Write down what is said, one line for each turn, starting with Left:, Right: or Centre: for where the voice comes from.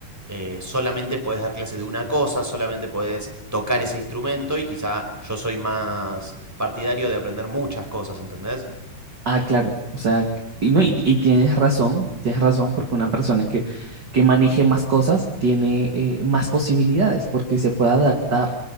Centre: eh, solamente podés dar clase de una cosa, solamente podés tocar ese instrumento y quizá yo soy más partidario de aprender muchas cosas, ¿entendés?
Right: Ah, claro, o sea, y, no, y, y tienes razón, y tienes razón porque una persona que, que maneje más cosas tiene eh, más posibilidades porque se puede adaptar